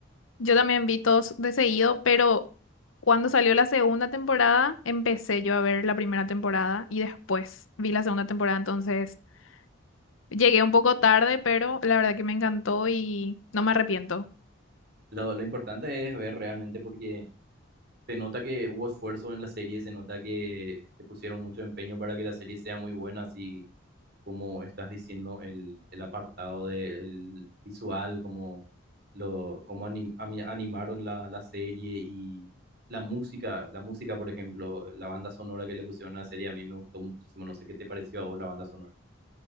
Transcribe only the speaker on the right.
Lo, lo importante es ver realmente porque Se nota que hubo esfuerzo en la serie, se nota que le pusieron mucho empeño para que la serie sea muy buena, así como estás diciendo, el, el apartado del visual, como lo, cómo anim- ami- animaron la, la serie y la música, la música, por ejemplo, la banda sonora que le pusieron a la serie, a mí me gustó muchísimo. No sé qué te pareció a vos la banda sonora.